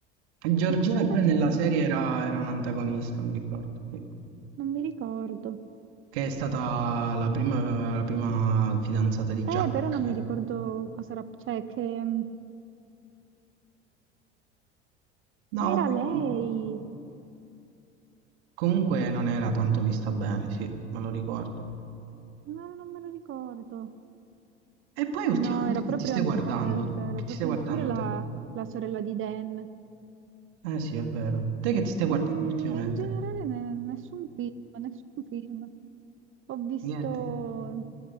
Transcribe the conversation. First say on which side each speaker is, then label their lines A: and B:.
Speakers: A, on the right; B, on the right.
A: Giorgina
B: Che cosa faceva?
A: pure nella serie era, era un antagonista, mi ricordo, sì.
B: Non mi ricordo.
A: Che è stata la prima, la prima fidanzata di
B: Eh,
A: Jack.
B: però non mi ricordo cosa era, cioè che mh,
A: No,
B: ah,
A: vabbè,
B: era lei.
A: comunque. Comunque non era tanto vista bene, sì, me lo ricordo.
B: No, non me lo ricordo.
A: E poi ultimamente
B: No, era proprio
A: che ti stai
B: antipatica,
A: guardando?
B: era
A: Che
B: proprio
A: ti stai guardando
B: ant- pure la,
A: te?
B: la sorella di Dan.
A: Eh sì, è vero. Te che ti stai guardando
B: Mm,
A: ultimamente?
B: in generale ne- nessun film, nessun film. Ho visto,
A: Niente.